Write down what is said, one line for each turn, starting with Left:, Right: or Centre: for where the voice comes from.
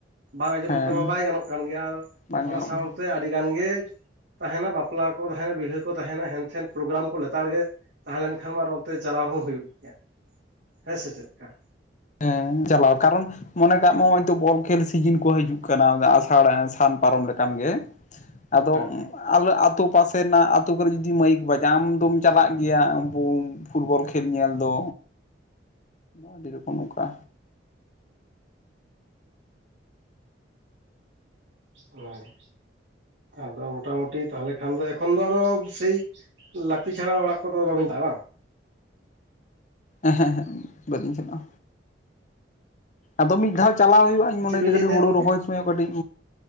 Right: ᱵᱟᱝ ᱟᱸᱡᱚᱢ
Left: ᱦᱮᱸ
Right: ᱛᱮᱢᱟ ᱵᱟᱭ ᱜᱟᱱᱚᱜ ᱠᱟᱱ ᱜᱮᱣᱟ ᱟᱨ
Left: ᱵᱟᱝ
Right: ᱚᱱᱟ
Left: ᱜᱟᱱᱚᱜ
Right: ᱥᱟᱶᱛᱮ
Left: ᱠᱟᱱᱟ
Right: ᱟᱹᱰᱤᱜᱟᱱ ᱜᱮ᱾ ᱛᱟᱦᱮᱱᱟ ᱵᱟᱯᱞᱟ ᱠᱚ ᱛᱟᱦᱮᱱᱟ ᱵᱤᱦᱟᱹ ᱠᱚ ᱛᱟᱦᱮᱱᱟ ᱦᱮᱱᱛᱮᱱ ᱯᱨᱳᱜᱨᱟᱢ ᱠᱚ ᱞᱮᱛᱟᱲ ᱜᱮ ᱛᱟᱦᱮᱸ ᱞᱮᱱᱠᱷᱟᱱ ᱢᱟ ᱟᱨ ᱚᱱᱛᱮ ᱪᱟᱞᱟᱣ ᱦᱚᱸ ᱦᱩᱭᱩᱜ ᱜᱮᱭᱟ ᱦᱮᱸ ᱥᱮ ᱪᱮᱫ ᱞᱮᱠᱟ?
Left: ᱦᱮᱸ ᱪᱟᱞᱟᱣ ᱠᱟᱨᱚᱱ ᱢᱚᱱᱮ ᱠᱟᱜ ᱢᱮ ᱱᱚᱜᱟᱭᱛᱚ ᱵᱚᱞ ᱠᱷᱮᱞ ᱥᱤᱡᱤᱱ ᱠᱚ ᱦᱤᱡᱩᱜ ᱠᱟᱱᱟ ᱟᱥᱟᱲ ᱥᱟᱱ ᱯᱟᱨᱚᱢ ᱞᱮᱠᱟᱱ ᱜᱮᱸ ᱟᱫᱚ
Right: ᱦᱮᱸ
Left: ᱟᱞᱮ ᱟᱛᱳ ᱯᱟᱥᱮ ᱨᱮᱱᱟᱜ ᱟᱛᱩ ᱠᱚᱨᱮ ᱡᱩᱫᱤ ᱢᱟᱹᱭᱤᱠ ᱵᱟᱡᱟᱣ ᱫᱚᱢ ᱪᱟᱞᱟᱜ ᱜᱮᱣᱟ ᱟᱵᱩ᱾ ᱯᱷᱩᱴᱵᱚᱞ ᱠᱷᱮᱞ ᱧᱮᱞ ᱫᱚ ᱟᱹᱰᱤ ᱨᱚᱠᱚᱢ ᱱᱚᱝᱠᱟ᱾
Right: ᱚᱱᱟᱜᱮ ᱟᱫᱚ ᱢᱚᱴᱟ ᱢᱩᱴᱤ ᱴᱤ ᱛᱟᱦᱚᱞᱮ ᱠᱷᱟᱱ ᱫᱚ ᱮᱠᱷᱚᱱ ᱫᱚ ᱟᱫᱚ ᱥᱮᱭ ᱞᱟᱹᱠᱛᱤ ᱪᱷᱟᱲᱟ ᱚᱲᱟᱜ ᱠᱚᱫᱚ ᱵᱟᱵᱤᱱ ᱪᱟᱞᱟᱜᱼᱟ ᱵᱟᱝ?
Left: ᱮᱦᱮᱸ ᱮᱦᱮᱸᱜ ᱵᱟᱹᱞᱤᱧ ᱪᱟᱞᱟᱜᱼᱟ ᱟᱫᱚ ᱢᱤᱫ ᱫᱷᱟᱣ ᱪᱟᱞᱟᱣ ᱦᱩᱭᱩᱜᱼᱟ ᱤᱧ ᱢᱚᱱᱮᱭ
Right: ᱪᱮᱫ
Left: ᱫᱟ
Right: ᱵᱤᱱ
Left: ᱡᱩᱫᱤ
Right: ᱞᱟᱹᱭᱮᱫ ᱛᱟᱦᱮᱸᱫ
Left: ᱦᱩᱲᱩ
Right: ᱜᱚᱝᱠᱮ
Left: ᱨᱚᱦᱚᱭ ᱥᱚᱢᱚᱭ ᱦᱚᱸ ᱠᱟᱹᱴᱤᱡ